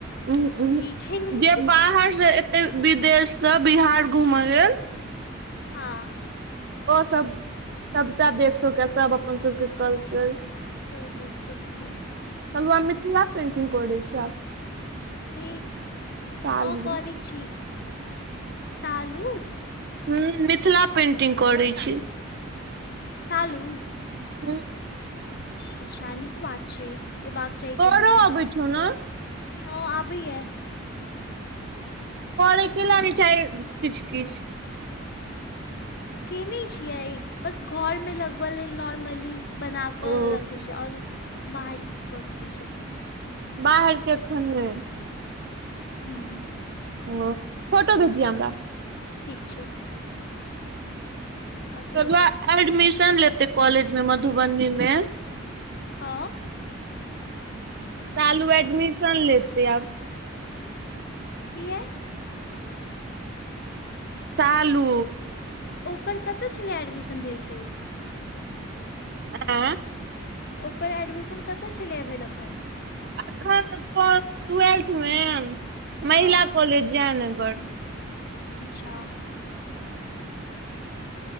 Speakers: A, on the right; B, on the left.
A: अहू अहू
B: जे की छै नहि
A: जे
B: छै
A: बाहरसँ एतय विदेशसँ बिहार घूमय लेल
B: हँ
A: ओ सभ सभटा देख सकैया सब अपन सभके कल्चर।
B: <unintelligible>
A: कहलू आ मिथिला पेन्टिंग करै छी आब।
B: क
A: साल
B: हँ
A: मे
B: करै छी शालू।
A: हँ मिथिला पेन्टिंग करैत छी।
B: सालू?
A: हूं
B: अच्छा नीक बात छैय अयबाक चाही
A: करो
B: कनिक मनिक।
A: अबै छौ ने
B: हँ अबैया।
A: करै केला नहि चाही किछु किछु।
B: केने छियै बस घरमे लगबऽ लेल नॉर्मली। बनाकऽ
A: ओ
B: रखैत छि आओर बाहर की कऽ सकैत छी एखन।
A: बाहर के एखन नहि।
B: हँ
A: ओ फोटो भेजिहे हमरा।
B: ठीक छैय। सब
A: गोलुआ
B: बताउ
A: एडमिशन लेते कॉलेज मे मधुबनीमे।
B: हँ
A: सालू एडमिशन लेतय
B: किए?
A: शालू
B: ओकर कतऽ छलै एडमिशन भेल से?
A: आ
B: ओकर एडमिशन कतय छलै भेल अखन
A: अखन <unintelligible> ट्वेल्थ मे महिला
B: हँ
A: कॉलेज जयनगर
B: अच्छा